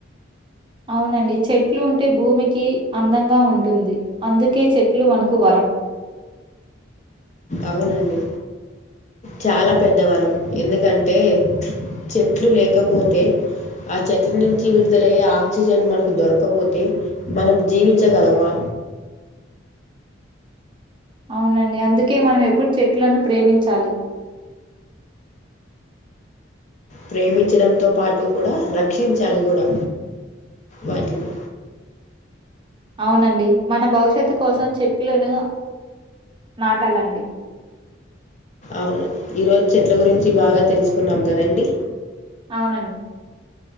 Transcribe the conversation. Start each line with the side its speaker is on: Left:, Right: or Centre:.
Right: అవునండి చెట్లు ఉంటే భూమికి అందంగా ఉంటుంది అందుకే చెట్లు మనకు వరం
Left: అవునండి చాలా పెద్దవరం ఎందుకంటే చెట్లు లేకపోతే ఆ చెట్ల నుంచి విడుదలయ్యే ఆక్సిజన్ మనకు దొరకపోతే మనం జీవించగలమా
Right: అవునండి అందుకే మనం ఎప్పుడు చెట్లను ప్రేమించాలి
Left: ప్రేమించడంతో పాటు కూడా రక్షించాలి కూడా వాటిని
Right: అవునండి మన భవిష్యత్తు కోసం చెట్లను నాటాలండి
Left: అవును ఈరోజు చెట్ల గురించి బాగా తెలుసుకున్నాం కదండి
Right: అవునండి